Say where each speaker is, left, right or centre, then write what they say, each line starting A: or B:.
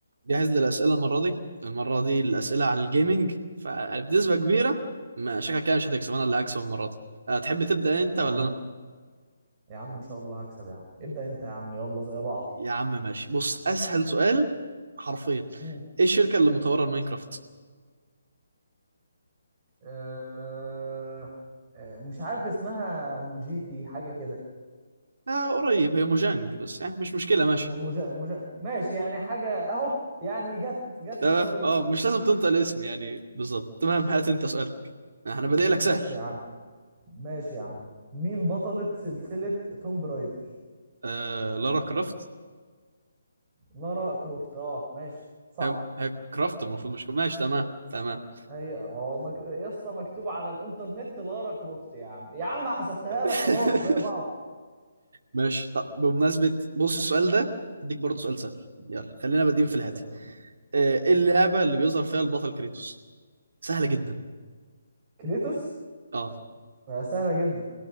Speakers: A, on the right; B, on the right.
A: جاهز للأسئلة المرة دي المرة دي الأسئلة عن الجيمنج فبنسبة كبيرة ما شكلك كده مش هتكسب أنا اللي هكسب المرة دي أه، تحب تبدأ أنت
B: يا
A: ولا
B: عم
A: أنا؟
B: يا عم ان شاء الله هكسب يا عم ابدأ انت يا عم يلا زي بعض
A: يا عم ماشي بص أسهل سؤال حرفيا
B: امم
A: إيه الشركة اللي مطورة الماينكرافت؟
B: أه... آه، مش عارف اسمها مونجيتي حاجة كده
A: آه قريب هي موجانج بس يعني مش مشكلة ماشي
B: م- مجا مجا ماشي يعني حاجة اهو يعني جت جت
A: تمام
B: في الطريق
A: أه مش لازم تنطق الاسم يعني بالظبط تمام هات أنت سؤالك آه، أنا بادئ
B: ماشي
A: لك سهل
B: يا عم ماشي يا عم مين بطلة سلسلة توم رايدر
A: آه لارا كرافت
B: لارا كروفت اه ماشي صح
A: هي هي كرافت المفروض مش ماشي تمام تمام
B: هي اه مك... يا اسطى مكتوب على الانترنت لارا كروفت يا عم يا عم حسبتها
A: <laughs>
B: لك خلاص زي بعض
A: ماشي طب بمناسبة بص السؤال ده هديك برضه سؤال سهل يلا خلينا بادئين في
B: اسأل
A: الهادي
B: يا باشا
A: آه، ايه اللعبة اللي بيظهر فيها البطل كريتوس سهلة جدا
B: كريتوس
A: اه
B: آه، سهلة جدا